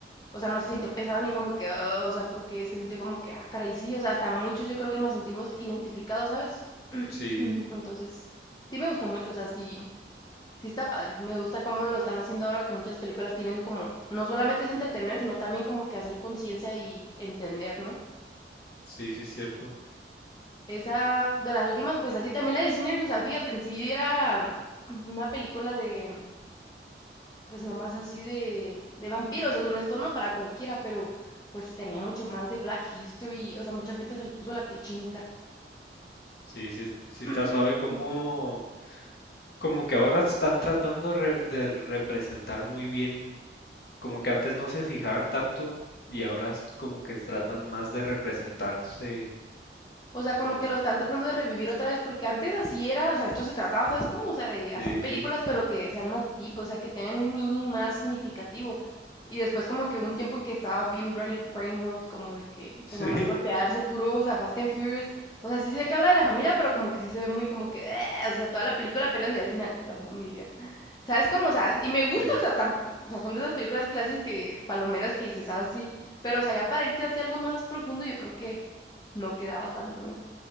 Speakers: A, on the left; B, on the left.
A: o sea, no se sintió pesado ni como que, "Ah", o sea, porque se sintió como que, ah, caray, sí, o sea, hasta muchos yo creo que nos sentimos identificados, ¿sabes?
B: Sí,
A: <clears throat> Entonces, sí me gusta mucho, o sea, sí, sí está padre. Me gusta cómo lo están haciendo ahora, que muchas películas tienen como, no solamente es entretener, sino también como que hacer conciencia y entender, ¿no?
B: sí, sí, es cierto.
A: Esa de las últimas, pues así también la de Cine sea fíjate, en sí era mm, una película de, mm, pues nomás así de, de vampiros, según esto, no para cualquiera, pero pues tenía mucho más de Black History, o sea, mucha gente se le puso la piel chinita.
B: Sí, sí, es- sí
A: <clears throat>
B: está suave como, como que ahora están tratando re- de representar muy bien, como que antes no se fijaban tanto y ahora es como que tratan más de representarse
A: O sea, como
B: como
A: que
B: en...
A: lo están tratando de revivir otra vez, porque antes así era, o sea, esto se trataba, ¿sabes? Como, o sea, de hacer
B: Sí,
A: películas,
B: sí,
A: pero que sean más deep, o sea, que tengan un meaning más significativo. Y después como que hubo un tiempo en que estaba bien brain, brain rot, como de que,
B: <laughs> sí,
A: pues nomás golpearse, puro, o sea, Fast and Furious. O sea, sí sé que habla de la familia, pero como que sí se ve muy como que, "Ah", o sea, toda la película peleando y al final, la familia. ¿Sabes? Como, o sea, y me gusta,
B: sí,
A: o sea, tam- o sea, son de esas películas clásicas que, palomeras que dices, ah, sí. Pero, o sea, ya para irte hacia algo más profundo, yo creo que no quedaba tanto, ¿no?